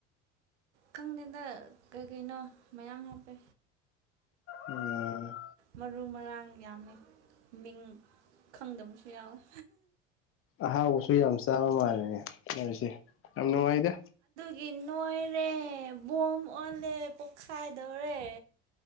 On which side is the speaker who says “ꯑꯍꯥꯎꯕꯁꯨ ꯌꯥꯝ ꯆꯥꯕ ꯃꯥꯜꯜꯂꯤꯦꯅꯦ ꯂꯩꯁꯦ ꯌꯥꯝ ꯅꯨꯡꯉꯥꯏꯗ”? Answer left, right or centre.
Left